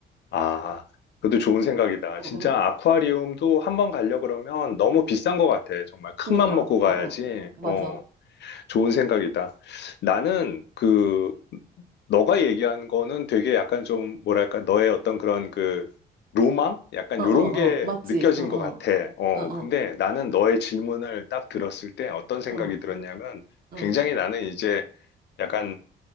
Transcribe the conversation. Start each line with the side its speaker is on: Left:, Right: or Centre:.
Left: 아, 그것도 좋은 생각이다.
Right: 응,
Left: 진짜
Right: 응.
Left: 아쿠아리움도 한번 가려 그러면 너무 비싼 것 같아. 정말 큰
Right: 그니까,
Left: 맘 먹고 가야지.
Right: 응, 응. 맞아.
Left: 어, 좋은 생각이다. 나는 그 너가 얘기한 거는 되게 약간 좀 뭐랄까 너의 어떤 그런 그 로망? 약간
Right: 응,
Left: 요런
Right: 응,
Left: 게
Right: 응. 맞지?
Left: 느껴진
Right: 응,
Left: 것
Right: 응.
Left: 같아. 어,
Right: 응, 응.
Left: 근데 나는 너의 질문을 딱 들었을 때 어떤 생각이
Right: 응,
Left: 들었냐면
Right: 응.
Left: 굉장히 나는 이제 약간